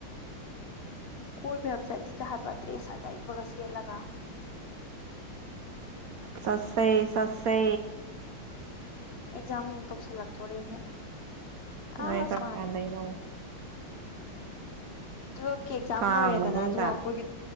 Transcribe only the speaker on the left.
ꯀꯣꯏꯕ ꯌꯥꯝ ꯆꯠꯅꯤꯡꯉꯦ ꯍꯥꯏꯕ ꯗꯇ꯭ꯔꯦꯁ ꯑꯅꯩꯕꯒ ꯁꯦꯠꯂꯒ
ꯑꯦꯛꯖꯥꯝ ꯃꯨꯛ ꯇꯧꯁꯜꯂꯛꯇꯣꯔꯦꯅꯦ
ꯑꯁ
ꯃꯥꯜꯂꯦ
ꯇꯨꯋꯦꯜꯞꯀꯤ ꯑꯦꯛꯖꯥꯝ
ꯂꯣꯏꯔꯦꯗꯅ
ꯑꯗꯨꯒ ꯑꯩꯈꯣꯏꯒꯤ